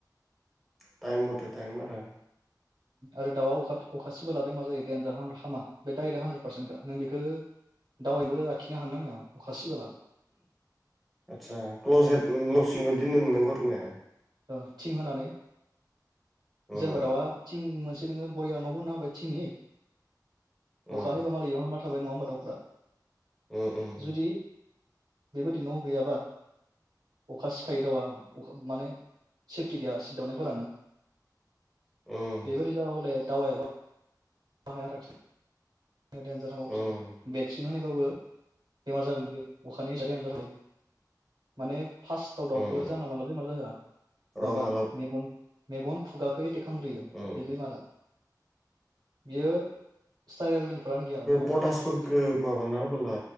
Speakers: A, in the centre; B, on the right.
A: टाइम मथे टाइम आरो
B: आरो दाउआ अखा अखासिबोला बेमार जायो देनजार हामा हामा बे दाइरेक्ट हानद्रेद पारसेन्टखा नों बेखौ दावायाबो लाखिनो हानो नायगिरा अखा सिबोला
A: आदसा क्लजेट <unintelligible> दोननो मोननांगौ आरो ना
B: औ थिं होनानै
A: उम
B: जेनेबा दाउआ थिं मोनसे नोङो बरिया न' बानायना होबाय थिंनि
A: उम
B: अखा हाबा मालाय बेयावनो हाबना थाबाय नङा होमबा दाउफ्रा
A: उम उम
B: जुदि बेबायदि न' गैयाबा अखा सिखायो दाउवा अ माने सेफटि गैया सिदावनायफोरानो
A: उम
B: बेबायदि जाबा हले दावायाबा हाया लाखिनो देनजार हामा बस्थु
A: उम
B: भेक्सिन होनायबा बो बेमार जागोन बे अखानि <unintelligible> माने फार्स्ट दाव दावखौ
A: उम
B: जाना मोनला बेमार जाहोआ
A: र'
B: माबा
A: मालाबा
B: मेगन मेगन खुगाखौ एटेक खामग्रोयो
A: उम
B: बे बेमारा बियो स्टाइरलदों <unintelligible> गैया बे अखादै
A: पटासफोरखो
B: नांबाथाय बिदिनो जायो।
A: माबाना होबोला